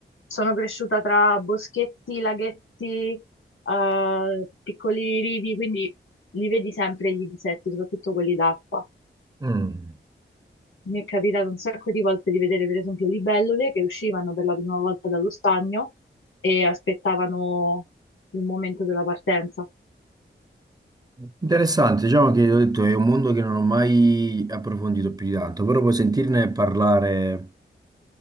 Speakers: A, on the left; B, on the right.
A: sono cresciuta tra boschetti, laghetti, eh, piccoli rivi, quindi li vedi sempre gli insetti, soprattutto quelli d'acqua.
B: mm.
A: Mi è capitato un sacco di volte di vedere, per esempio, libellule che uscivano per la prima volta dallo stagno e aspettavano il momento della partenza.
B: Interessante, diciamo che ho detto, è un mondo che non ho mai approfondito più di tanto, però poi sentirne parlare